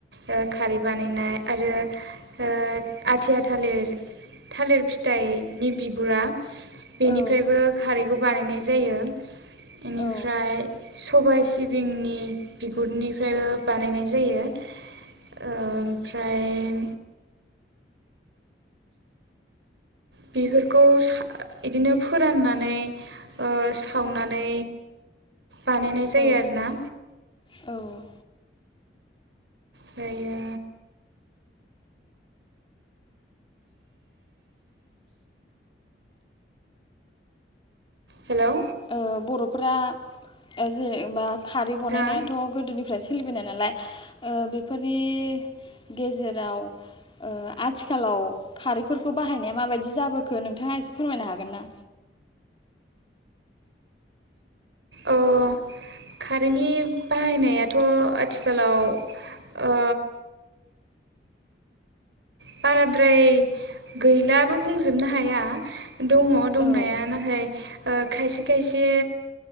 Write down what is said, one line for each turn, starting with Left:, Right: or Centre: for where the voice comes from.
Right: ओ खारै बानायनाय आरो ओ आथिया थालिर थालिर फिथाइनि बिगुरा बेनिफ्रायबो
Left: औ
Right: खारैखौ बानायनाय जायो बेनिफ्राय
Left: औ
Right: सबाय सिबिंनि बिगुरनिफ्रायबो बानायनाय जायो। ओमफ्राय बेफोरखौ साव इदिनो फोराननानै ओ सावनानै बानायनाय जायो
Left: औ
Right: आरोना
Left: औ
Right: फ्रायो हेलौ
Left: ओ बर'फोरा जेनेबा खारै
Right: नोंथाङा
Left: बनायनायाथ' गोदोनिफ्रायसो सोलिबोनाय नालाय ओ बेफोरनि गेजेराव ओ आथिखालाव खारैफोरखौ बाहायनाया माबायदि जाबोखो नोंथाङा एसे फोरमायनो हागोन ना?
Right: अ खारैनि बाहायनायाथ' आथिखालाव ओ बाराद्राय गैलाबो बुंजोबनो हाया। दङ दंनाया
Left: औ
Right: नाथाय ओ खायसे खायसे